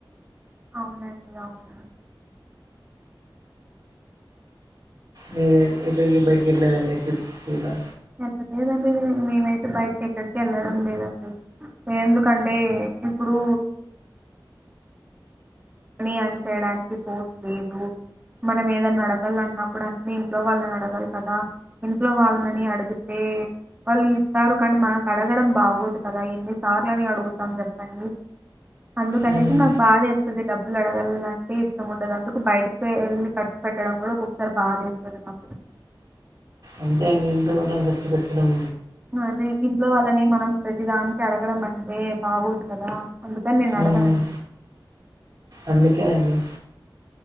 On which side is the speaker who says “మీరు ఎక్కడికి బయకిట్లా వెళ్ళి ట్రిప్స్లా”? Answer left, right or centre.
Right